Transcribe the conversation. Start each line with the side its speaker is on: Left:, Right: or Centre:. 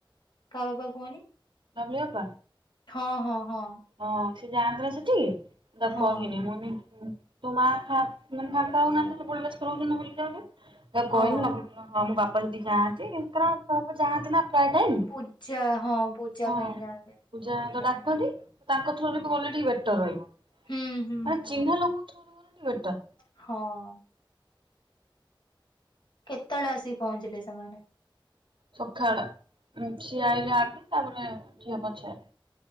Left: କାହା ବାବା କୁହନି?
Right: କାବୁଲି ବାପା।
Left: ହଁ ହଁ ହଁ।
Right: ହଁ ସେ ଯାଆନ୍ତି ନା ସେଠିକି ତାକୁ
Left: ହଁ
Right: କହିନି ମୁଁନି। ତୋ ମା ଫାଙ୍କା ଆଉ ନାହାନ୍ତି ତୁ ସବୁବଳେ ବ୍ୟସ୍ତ ରହୁଛନ୍ତି ବୋଲି ଭୁଲି କହିଲି।
Left: ହଁ
Right: ହଁ ମୋ ବାପା ଯାଆନ୍ତି କାରଣ କାହିଁକି ନା ଯାଆନ୍ତି ନା? ପ୍ରାୟ ଟାଇମ
Left: ପୂଜା ହଁ ପୂଜା
Right: ହଁ
Left: ପାଇଁ ଯାଆନ୍ତି
Right: ପୂଜା
Left: କହୁଥିଲା
Right: ହେଲେ ତ ଡାକନ୍ତି।
Left: ହଁ।
Right: ତାଙ୍କ ଥ୍ରୁରେ ବି ଗଲେ ଟିକେ ବେଟର ରହିବ
Left: ହୁଁ ହୁଁ
Right: ମାନେ
Left: ହୁଁ
Right: ଚିହ୍ନା ଲୋକଙ୍କ ଥୁରେ ଗଲେ ଟିକେ ବେଟର।
Left: ହଁ। କେତଳେ ଆସିକି ପହଞ୍ଚିଲେ ସେମାନେ।
Right: ସଖାଳ ସିଏ ଆଇଲେ ଆଗେ ତାପରେ ଝିଅ ପଛେ ଆଇଲା।